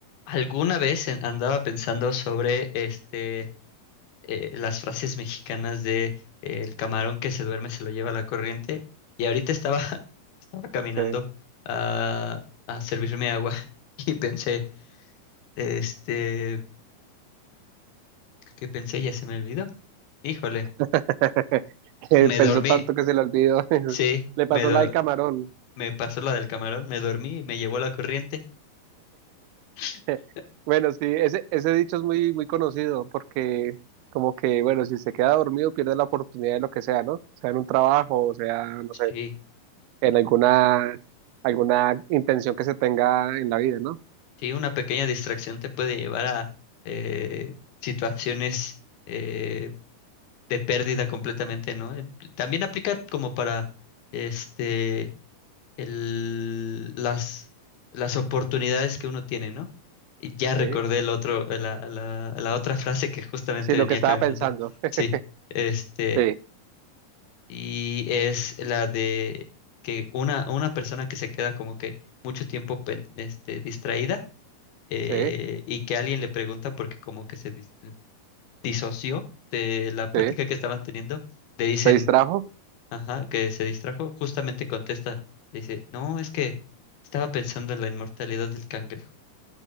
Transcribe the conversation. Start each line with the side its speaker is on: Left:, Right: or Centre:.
Left: Alguna vez en- andaba pensando sobre este eh, las frases mexicanas de eh, el camarón que se duerme se lo lleva la corriente y ahorita estaba, <laughs> estaba caminando
Right: Sí.
Left: a, a servirme agua <laughs> y pensé, este, ¿qué pensé? Ya se me olvidó. Híjole,
Right: <laughs> Eh,
Left: me
Right: Pensó
Left: dormí,
Right: tanto que se le olvidó. <laughs>
Left: sí,
Right: Le pasó
Left: me, do-
Right: la del camarón.
Left: me pasó la del camarón, me dormí y me llevó la corriente. <laughs>
Right: <laughs> Bueno, sí, ese, ese dicho es muy, muy conocido porque como que, bueno, si se queda dormido pierde la oportunidad de lo que sea, ¿no? Sea en un trabajo, o sea, no
Left: Sí,
Right: sé, en alguna, alguna intención que se tenga en la vida, ¿no?
Left: Sí, una pequeña distracción te puede llevar a eh, situaciones eh, de pérdida completamente, ¿no? Eh, También aplica como para este el, las, las oportunidades que uno tiene, ¿no? Y Ya
Right: Sí,
Left: recordé el otro, eh, la, la, la otra frase que justamente
Right: sí, lo
Left: venía
Right: que estaba
Left: caminando.
Right: pensando. <laughs>
Left: Sí, este,
Right: Sí,
Left: y es la de que una, una persona que se queda como que mucho tiempo pen- este, distraída eh,
Right: sí,
Left: y que alguien le pregunta porque como que se dis- eh, disoció de la plática
Right: sí,
Left: que estaban teniendo, le dicen,
Right: se distrajo.
Left: ajá, que se distrajo, justamente contesta, dice, no, es que estaba pensando en la inmortalidad del cangrejo.